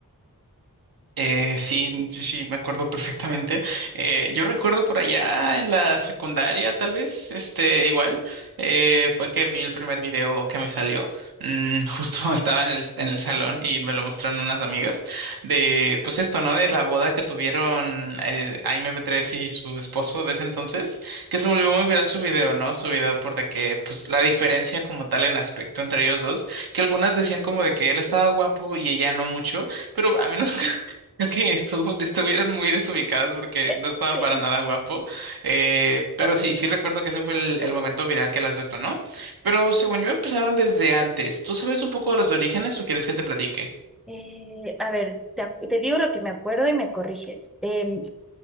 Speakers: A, on the right; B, in the centre.
A: Eh, sí, sí, sí, me acuerdo perfectamente. Eh, yo recuerdo por allá en la secundaria, tal vez, este, igual, eh, fue que vi el primer video que me salió. Mm, <laughs> justo estaba en el, en el salón y me lo mostraron unas amigas de, pues esto, ¿no? De la boda que tuvieron eh, Aime Petrés y su esposo de ese entonces, que se volvió muy viral su video, ¿no? Su video por de que, pues, la diferencia como tal en aspecto entre ellos dos, que algunas decían como de que él estaba guapo y ella no mucho. Pero a mí no <laughs> Creo que estuvo, estuvieron muy desubicadas porque
B: Eh,
A: no estaba
B: Sí.
A: para nada guapo. Eh, pero sí, sí recuerdo que ese fue el, el momento viral que las detonó. Pero según yo empezaron desde antes. ¿Tú sabes un poco de los orígenes o quieres que te platique? <laughs>
B: Eh, a ver, te, ac- te digo lo que me acuerdo y me corriges. Em,